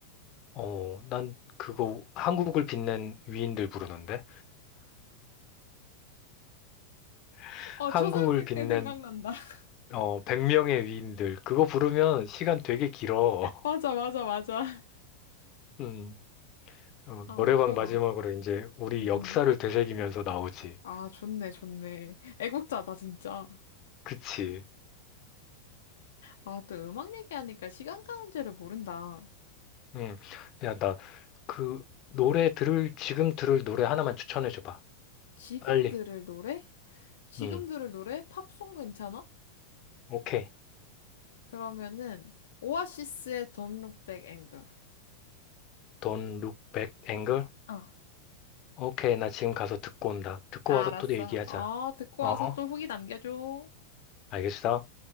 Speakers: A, on the left (about 35°); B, on the left (about 60°).
A: 어, 난 그거 한국을 빛낸 위인들 부르는데? <laughs>
B: 어,
A: 한국을
B: 초등학생
A: 빛낸
B: 때 생각난다. <laughs>
A: 어, 100명의 위인들. 그거 부르면 시간 되게 길어.
B: 맞아, 맞아, 맞아.
A: <laughs> 음. 어,
B: 아,
A: 노래방
B: 웃겨라.
A: 마지막으로 이제 우리
B: 응,
A: 역사를
B: 응.
A: 되새기면서 나오지.
B: 아, 좋네, 좋네. 애국자다, 진짜.
A: 그치.
B: 아, 또 음악 얘기하니까 시간 가는 줄을 모른다.
A: 응. 야, 나, 그, 노래 들을, 지금 들을 노래 하나만 추천해줘봐.
B: 지금
A: 빨리.
B: 들을 노래? 지금
A: 응.
B: 들을 노래? 팝송 괜찮아?
A: 오케이.
B: 그러면은 오아시스의 Don't Look Back Anger.
A: Don't look back, anger.
B: 어.
A: 오케이. 나 지금 가서 듣고 온다. 듣고
B: 아,
A: 와서
B: 알았어.
A: 또 얘기하자.
B: 어, 듣고
A: 어?
B: 와서 또 후기 남겨줘.
A: 알겠어?